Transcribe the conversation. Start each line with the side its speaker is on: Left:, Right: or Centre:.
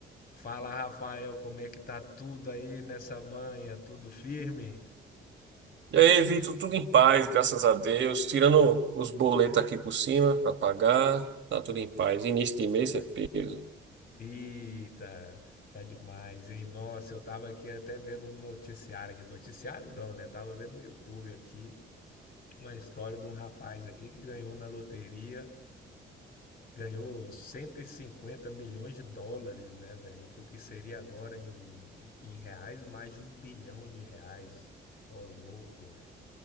Left: Fala, Rafael, como é que tá tudo aí nessa manhã? Tudo firme?
Right: E aí, Vitor, tudo em paz, graças a Deus. Tirando os boletos aqui por cima para pagar, tá tudo em paz. Início de mês é peso.
Left: Eita, tá demais, hein? Nossa, eu tava aqui até vendo no noticiário aqui, noticiário não, né? Tava vendo no YouTube aqui uma história de um rapaz aqui que ganhou na loteria, ganhou 150 milhões de dólares, né, velho? Que o que seria agora em, em reais, mais de um bilhão de reais. Ó, louco, velho.